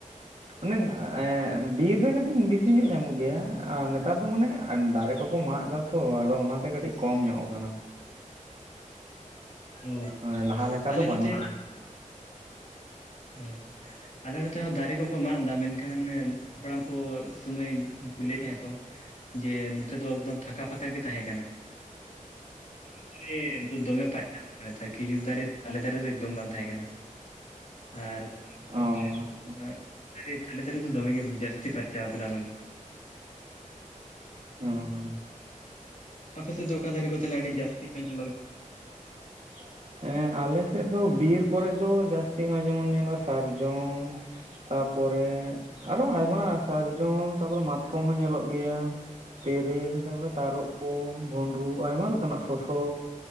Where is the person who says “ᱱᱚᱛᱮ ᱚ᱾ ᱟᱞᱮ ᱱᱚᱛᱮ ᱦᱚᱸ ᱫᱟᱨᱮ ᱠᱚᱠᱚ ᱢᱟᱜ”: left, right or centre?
Left